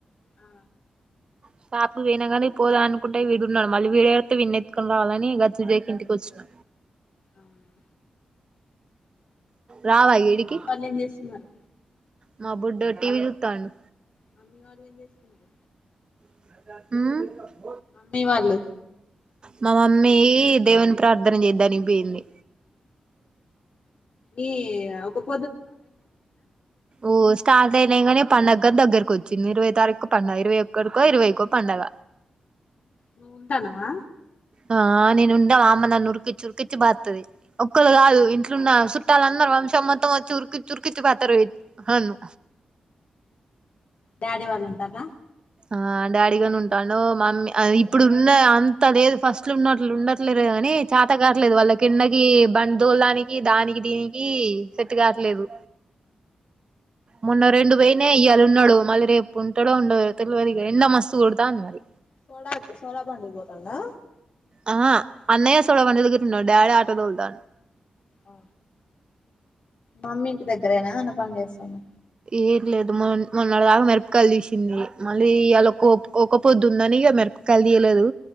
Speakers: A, on the left (about 65°); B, on the right (about 40°).
A: ఆ
B: షాపుకి పోయినా కానీ పోదాం అనుకుంటే విడున్నాడు మళ్ళీ వీడెడితే విన్నెత్తుకొని రావాలని గప్చ్ దేక ఇంటికొచ్చినా.
A: అవును
B: రావా ఈడికి
A: వాళ్లేం చేస్తున్నారు?
B: మా బుడ్డోడు టీవీ చూతాండు.
A: మమ్మీ వాళ్ళు ఏం చేస్తున్నారు?
B: ఊ
A: మమ్మీ వాళ్ళు
B: మా మమ్మీ దేవుని ప్రార్థన చేద్దానికి పోయింది.
A: ఈ యాకోబ్
B: ఓస్ స్టార్ట్ అయినాయి గానీ పండగనేదగ్గరకు వచ్చింది. ఇరవై తారీకు పండగ ఇరవై ఒకటికో, ఇరవైకో పండగ.
A: నువ్వు ఉంటానవా?
B: ఆ నేను ఉండ మా అమ్మ నన్ను ఉరికిచ్చి, ఉరికిచ్చి బాదుతది. ఒకళ్ళు కాదు ఇంట్లున్న సుట్టాల అందరూ వంశం మొత్తం వచ్చి ఉరికిచ్చి ఉరికిచ్చి బాదుతరు హన్ను
A: డాడీ వాళ్ళు ఉంటార్రా?
B: ఆ డాడీగానే ఉంటాను మమ్మీ ఆ ఇప్పుడున్న అంత లేదు ఫస్ట్ లు ఉన్నట్లు ఉండట్లేరిగా. కానీ చాత కాట్లేదు వాళ్ళ కిందకి బందోలానికి దానికి దీనికి సెట్టు కాట్లేదు. మొన్న రెండు పోయినాయి ఇయ్యాలున్నాడు మళ్ళీ రేపు ఉంటడో ఉండడో తెలవదు ఇగ ఎండ మస్తు కొడతాంది మరి
A: సోడండి సోడా బండికి పోతాండా?
B: ఆ అన్నయ సోడ బండి దగ్గర ఉన్నాడు. డాడీ ఆటో తొలతా
A: అ మమ్మీ ఇంటి దగ్గరేనా ఏమన్నా పని చేస్తందా?
B: ఏం లేదు మొ మొన్నడదాకా మిరపకాయలు తీసింది. మళ్ళీ ఇయాలా ఒక ఒకపొద్ధుందని ఇగ మిరపకాయలు తీయలేదు.